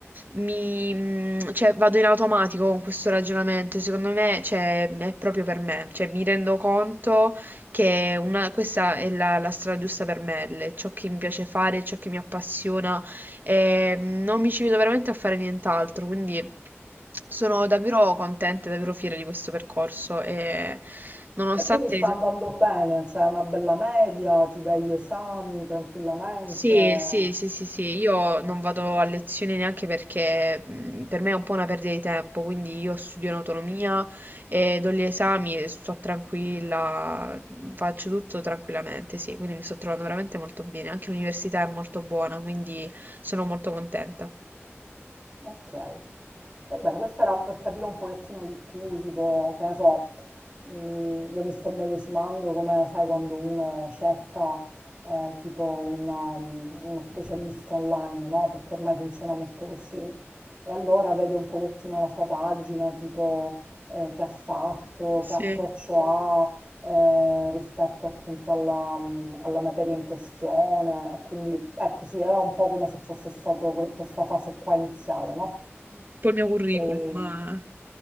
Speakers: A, on the right; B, on the right.
A: mi, mm, cioè, vado in automatico con questo ragionamento, secondo me, cioè, è proprio per me, cioè, mi rendo conto che è una- questa è la, la strada giusta per me, le- ciò che mi piace fare, ciò che mi appassiona, e mm, non mi ci vedo veramente a fare nient'altro, quindi sono davvero contenta e davvero fiera di questo percorso e nonostante
B: E quindi sta andando bene, c'è una bella media, ti dai gli esami tranquillamente.
A: Sì, sì, sì, sì, sì, io
B: Ok,
A: non vado a lezione neanche perché mh, per me è un po' una perdita di tempo, quindi io studio in autonomia e do gli esami e sto tranquilla, mhmm, faccio tutto tranquillamente, sì, quindi mi sto trovando veramente molto bene, anche l'università è molto buona, quindi sono molto contenta.
B: ok. Va bene, questa era per capire un pochettino di più, tipo, che ne so, mh, io mi sto immedesimando come, sai, quando uno cerca eh, tipo un, um, uno specialista online, no? Perché ormai funziona molto così. E allora vede un pochettino la sua pagina, tipo, eh, che ha fatto, che
A: Sì,
B: approccio ha eh, rispetto appunto alla, mh, alla materia in questione. E Quindi, ecco, sì, era un po' come se fosse stato que- questa fase qua iniziale, no?
A: un po' il mio curriculum,
B: E-
A: ma